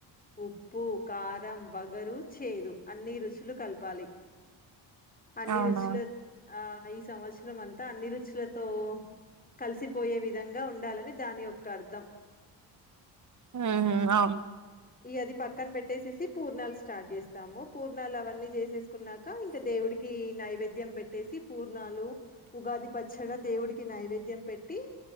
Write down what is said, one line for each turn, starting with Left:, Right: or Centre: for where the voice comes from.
Left: ఉప్పు కారం వగరు చేదు అన్నీ రుచులు కలపాలి అన్నీ
Right: అవునవును
Left: రుచులే ఆ ఆ ఈ సంవత్సరం అంతా అన్ని రుచులతో కలిసిపోయే విధంగా ఉండాలని దాని యొక్క అర్థం
Right: ఊహూ అవును
Left: ఈ అది పక్కన పెట్టేసేసి పూర్ణాలు స్టార్ట్ చేస్తాము పూర్ణాలు అవన్నీ చే సేసుకున్నాక ఇంక దేవుడికి నై వేద్యం పెట్టేసి పూర్ణాలు ఉగాది పచ్చడా దేవుడికి నైవేద్యం పెట్టి